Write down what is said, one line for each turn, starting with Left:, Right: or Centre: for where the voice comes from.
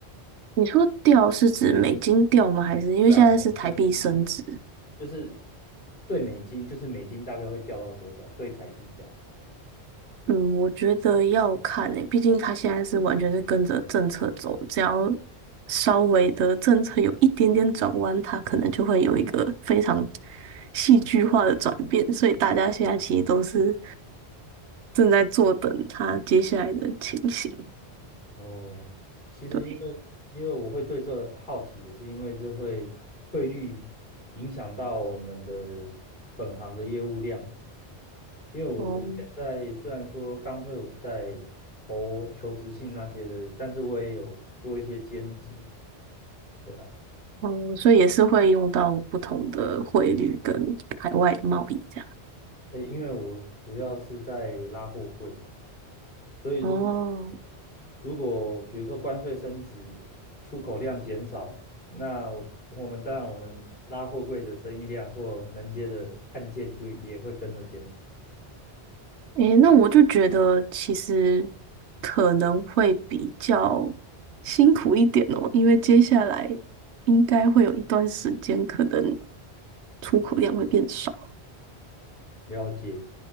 Right: 你说掉是指美金掉吗？还是因为现在是台币升值？
Left: 对啊，美金就是对美金，就是美金大概会掉到多少？对台币这样。
Right: 嗯，我觉得要看诶，毕竟它现在是完全是跟着政策走，只要稍微的政策有一点点转弯，它可能就会有一个非常戏剧化的转变，所以大家现在其实都是正在坐等它接下来的情形。
Left: 哦，其实因为因为我会对这好奇，
Right: 对，
Left: 也是因为这会汇率影响到我们的本行的业务量啊。因为我我现在虽然说刚退伍，
Right: 哦，
Left: 在投求职信那些的，但是我也有做一些兼职。对啊，
Right: 哦，所以也是会用到不同的汇率跟海外的贸易这样。
Left: 诶，因为我主要是在拉货柜啊，所以如果
Right: 哦。
Left: 如果比如说关税升值，出口量减少，那我们当然我们拉货柜的生意量或能接的案件就也会跟着减少。
Right: 诶，那我就觉得其实可能会比较辛苦一点哦，因为接下来应该会有一段时间，可能出口量会变少。
Left: 了解，